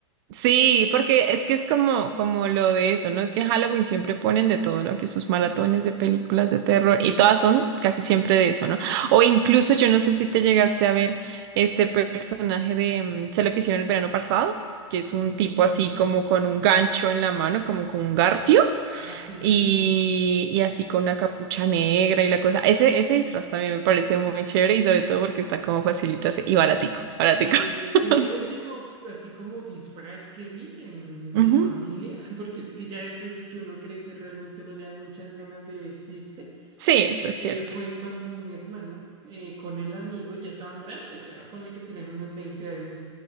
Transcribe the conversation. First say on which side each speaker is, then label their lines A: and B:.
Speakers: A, on the right; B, on the right.
A: Sí, porque es que es como, como lo de eso, ¿no? Es que en Halloween siempre ponen de todo, ¿no? Que sus maratones de películas de terror y todas son casi siempre de eso, ¿no? O incluso yo no sé si te llegaste a ver este personaje de, mm, sé lo que hicieron el verano pasado, que es un
B: Mm,
A: tipo así como con un gancho en la mano, como con un garfio.
B: Ah, sí,
A: Y,
B: sí, sí.
A: y así con una capucha negra y la cosa. Ese, ese disfraz también me parece muy chévere y sobre todo porque está como facilito hacer- y
B: Sí,
A: baratico, baratico.
B: eh,
A: <laughs>
B: sí, el último, así como disfraz que vi en
A: Ujú.
B: mi familia, <laughs> porque es que ya después de que uno crece realmente no le dan muchas ganas de vestirse
A: Sí, eso es
B: eh,
A: cierto.
B: fue cuando mi hermano eh, con el amigo ya estaban grandes, ya ponle que tenían unos 20 años.